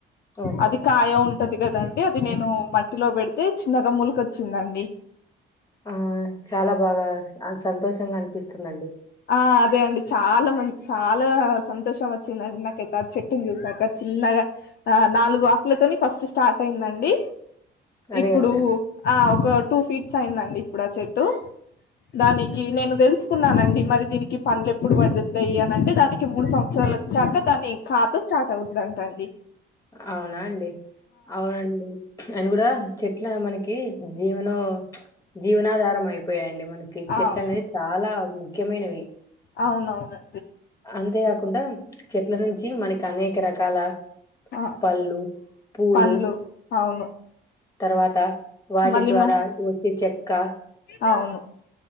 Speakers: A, on the left; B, on the left.
A: ఓకే
B: అది కాయ ఉంటది. కదండి అది నేను మట్టిలో పెడితే చిన్నగా మొలకొచ్చిందండి.
A: ఆ చాలా బాగా ఆ సంతోషంగా అనిపిస్తుందండి.
B: ఆ అదే అండి చాలా మంది చాలా సంతోషం వచ్చిందండి. నాకైతే చెట్టుని చూసాక చిన్నగా ఆ నాలుగు ఆకులతోని ఫస్ట్ స్టార్ట్ అయిందండి.
A: అదే
B: ఇప్పుడు
A: కదనా
B: ఆ ఒక టూ ఫీట్స్ అయిందండి. ఇప్పుడు ఆ చెట్టు దానికి నేను దెల్స్ కున్నానండి. మరి దీనికి పండ్లు ఎప్పుడు పండుతాయి. అని అంటే దానికి మూడు సంవత్సరాలు వచ్చాక దాని ఖాతా స్టార్ట్ అవుద్ద అంట అండి.
A: అవునా అండి అవునండి అయన కూడా చెట్ల మనకి జీవనో మ్మచ్ జీవనాధారం అయిపో పోయండి మనకి చెట్లనేది
B: అవు
A: చాలా ముఖ్యమైనవి.
B: అవునవును
A: అంతే కాకుండా చెట్ల నుంచి మనకి అనేక రకాల
B: ఆ
A: పళ్ళు పూలు
B: పండ్లు అవును
A: తర్వాత వాటి
B: మళ్ళీ
A: ద్వారా
B: మ
A: వచ్చే చెక్క
B: అవును